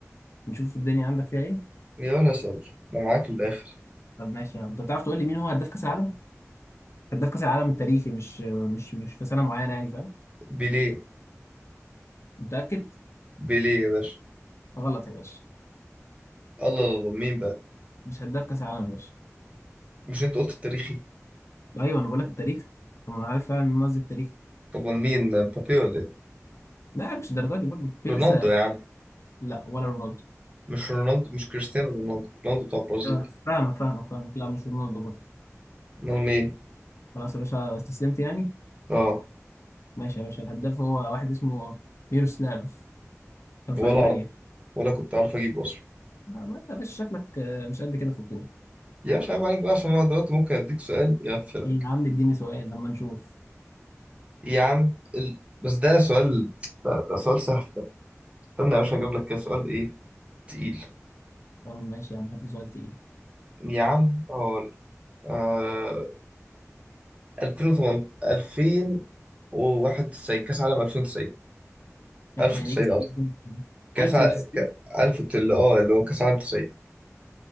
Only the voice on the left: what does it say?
نشوف الدنيا عندك فيها ايه
طب ماشي يعني. انت بتعرف تقول لي مين هو هداف كاس العالم هداف كاس العالم التاريخي مش مش مش في سنه معينه يعني فاهم
متاكد
غلط يا باشا
مش هداف كاس العالم يا باشا
ايوه انا بقول لك التاريخ طب ما انا عارف فعلا ان أنا قصدي التاريخ
لا مش الدرجه دي برضه في
لسه
لا ولا رونالدو
تمام، فاهمك فاهمك فاهمك لا مش رونالدو برضه
خلاص يا باشا استسلمت يعني
ماشي يا باشا الهداف هو واحد اسمه ميروسلاف كان في
ألمانيا
لا ما انت يا باشا شكلك آه، مش قد كده في الكورة
إيه يا عم اديني سؤال لما نشوف
طب
طب ماشي يا عم هات لي سؤال تقيل
لا،
يعني ايه كاس 1990
1090